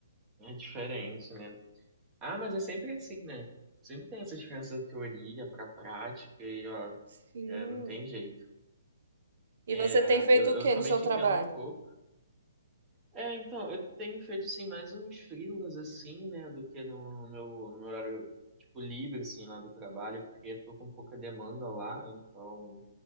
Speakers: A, on the right; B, on the right.
A: É diferente, né? Ah, mas é sempre assim, né? Sempre tem essa diferença da teoria pra prática e, ó,
B: Sim.
A: é, não tem jeito.
B: E
A: É,
B: você tem feito
A: eu, eu
B: o que no
A: também
B: seu
A: te
B: trabalho?
A: entendo um pouco. É, então, eu tenho feito, assim, mais uns freelas, assim, né, do que no meu, no meu horário, tipo, livre, assim, lá do trabalho, porque tô com pouca demanda lá, então